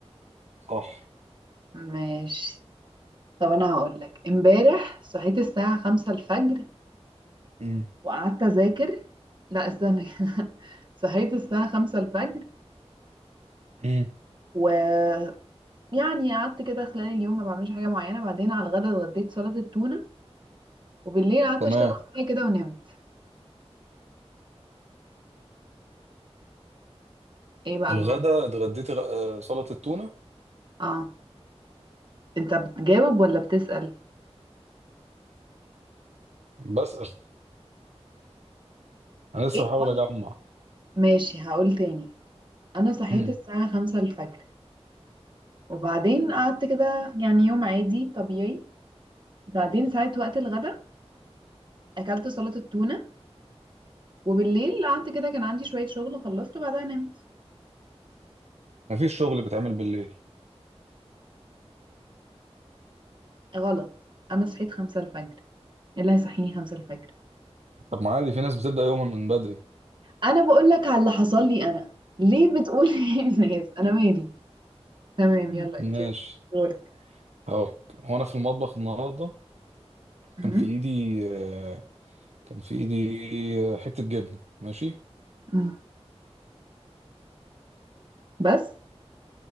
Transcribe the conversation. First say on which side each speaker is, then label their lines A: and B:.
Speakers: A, on the right; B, on the right.
A: صح
B: ماشي طب انا هقول لك امبارح صحيت الساعه 5 الفجر
A: امم
B: وقعدت اذاكر لا استنى كده. <laughs> صحيت الساعة خمسة الفجر
A: امم
B: ويعني قعدت كده خلال اليوم ما بعملش حاجة معينة بعدين على الغدا اتغديت سلطة التونة وبالليل قعدت
A: تمام
B: اشتغل شوية كده ونمت ايه بقى
A: الغدا
B: الغلط
A: اتغديت غ- آه، سلطة تونة
B: اه انت بتجاوب ولا بتسأل
A: بسأل انا لسه
B: ايه الغلط
A: بحاول اجمع
B: ماشي هقول تاني انا صحيت
A: امم
B: الساعة خمسة الفجر وبعدين قعدت كده يعني يوم عادي طبيعي بعدين ساعة وقت الغدا اكلت سلطة التونة وبالليل قعدت كده كان عندي شوية شغل خلصت وبعدها نمت
A: مفيش شغل بيتعمل بالليل
B: غلط انا صحيت خمسة الفجر إيه اللي هيصحيني خمسة الفجر
A: طب ما عادي في ناس بتبدأ يومها من بدري
B: انا بقول لك على اللي حصل لي انا ليه بتقول <laughs> ايه الناس انا مالي تمام
A: مم.
B: يلا
A: ماشي
B: اوكي دورك
A: هقولك هو انا في المطبخ النهارده
B: مم.
A: كان في ايدي آه، كان في ايدي آه، حتة جبنة ماشي
B: مم. بس